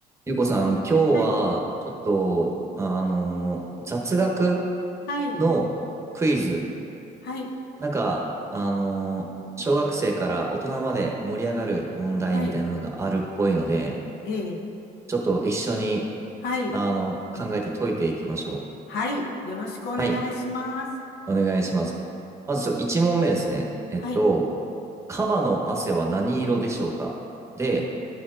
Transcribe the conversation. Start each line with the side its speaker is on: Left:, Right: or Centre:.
Right: ゆうこさん、今日はちょっと、
Left: はい、
Right: あのー雑学
Left: はい、
Right: のクイズ。
Left: はい、
Right: なんか、あのー小学生から大人まで盛り上がる問題みたいなのがあるっぽいので、
Left: はい、ええ、
Right: ちょっと一緒に、
Left: はい、
Right: あの、考えて解いていきましょう。
Left: はい、よろしくお願いします。
Right: はい、お願いします。まずちょ、1問目ですね。えっと、
Left: はい、
Right: カバの汗は何色でしょうかで、
Left: か、